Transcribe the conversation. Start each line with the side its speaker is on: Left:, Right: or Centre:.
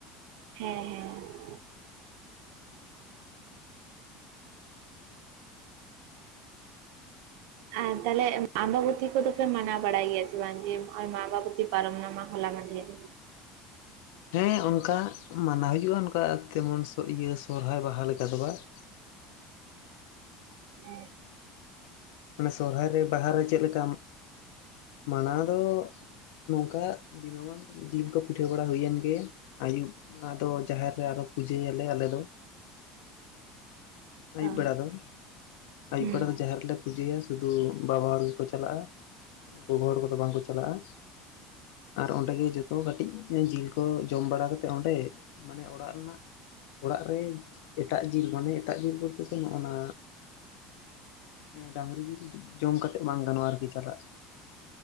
Right: ᱦᱮᱸ ᱦᱮᱸ ᱟᱨ ᱛᱟᱦᱞᱮ ᱟᱢᱵᱟᱵᱚᱛᱤ ᱠᱚᱫᱚ ᱯᱮ ᱢᱟᱱᱟᱣ ᱵᱟᱲᱟᱭ ᱜᱮᱭᱟ ᱥᱮ ᱵᱟᱝ ᱡᱮ ᱟᱢᱵᱟᱵᱚᱛᱤ ᱯᱟᱨᱢᱟ ᱢᱟ ᱠᱷᱚᱱ ᱦᱚᱞᱟ ᱢᱟᱱᱫᱽᱦᱮᱨ
Left: ᱦᱮᱸ ᱚᱱᱠᱟ ᱢᱟᱱᱟᱣ ᱦᱩᱭᱩᱜᱼᱟ ᱚᱱᱠᱟ ᱛᱮᱢᱚᱱ ᱤᱭᱟᱹ ᱥᱚᱨᱦᱟᱭ ᱵᱟᱦᱟ ᱞᱮᱠᱟ ᱫᱚ ᱵᱟᱝ ᱾
Right: <unintelligible> ᱦᱮᱸ
Left: ᱢᱟᱱᱮ ᱥᱚᱨᱦᱟᱭ ᱨᱮ ᱵᱟᱦᱟ ᱨᱮ ᱪᱮᱫ ᱞᱮᱠᱟ? ᱢᱟᱱᱟ ᱫᱚ ᱱᱚᱝᱠᱟ ᱫᱤᱱᱟᱹᱢᱟᱱ ᱡᱤᱞ ᱠᱚ ᱯᱤᱴᱷᱟᱹ ᱵᱟᱲᱟ ᱦᱳᱭᱮᱱ ᱜᱮ ᱟᱹᱭᱩᱵ ᱟᱫᱚ ᱡᱟᱦᱮᱨ ᱛᱮ ᱟᱨᱚ ᱯᱩᱡᱟᱹᱭ ᱜᱮᱭᱟᱞᱮ ᱟᱞᱮ ᱫᱚ ᱟᱹᱭᱩᱵ
Right: ᱚ
Left: ᱵᱮᱲᱟ ᱫᱚ ᱟᱹᱭᱩᱵ
Right: ᱦᱩᱸ
Left: ᱵᱮᱲᱟ ᱫᱚ ᱡᱟᱦᱮᱨ ᱨᱮᱞᱮ ᱯᱩᱡᱟᱹᱭᱟ ᱥᱩᱫᱷᱩ ᱵᱟᱵᱟ ᱦᱚᱲ ᱜᱮᱠᱚ ᱪᱟᱞᱟᱜᱼᱟ ᱜᱚᱜᱚ ᱦᱚᱲ ᱠᱚᱫᱚ ᱵᱟᱝᱠᱚ ᱪᱟᱞᱟᱜᱼᱟ ᱟᱨ ᱚᱸᱰᱮ ᱜᱮ ᱡᱚᱛᱚ ᱠᱟᱹᱴᱤᱡ ᱡᱤᱞ ᱠᱚ ᱡᱚᱢ ᱵᱟᱲᱟ ᱠᱟᱛᱮ ᱚᱸᱰᱮ ᱢᱟᱱᱮ ᱚᱲᱟᱜ ᱨᱮᱱᱟᱜ ᱚᱲᱟᱜ ᱨᱮ ᱮᱴᱟᱜ ᱡᱤᱞ ᱢᱟᱱᱮ ᱮᱴᱟᱜ ᱡᱤᱞ ᱵᱚᱞᱛᱮ ᱫᱚ ᱱᱚᱜᱼᱚᱱᱟ ᱰᱟᱝᱨᱤ ᱡᱤᱞ ᱡᱚᱢ ᱠᱟᱛᱮᱜ ᱵᱟᱝ ᱜᱟᱱᱚᱜᱼᱟ ᱟᱨᱠᱤ ᱪᱟᱞᱟᱜ